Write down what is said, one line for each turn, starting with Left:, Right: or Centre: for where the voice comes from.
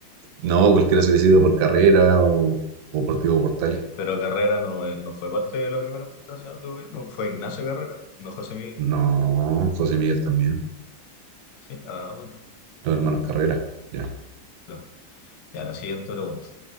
Right: No, cualquiera se hubiese ido por Carrera o, o por Diego Portales.
Left: pero Carrera no, eh, no fue parte de la primera Junta Nacional de Gobierno, fue Ignacio Carrera, no José Miguel.
Right: No, José Miguel también.
Left: Sí, ah, bueno. Mm,
Right: Los hermanos Carrera. Ya.
Left: claro. Ya, la siguiente pregunta.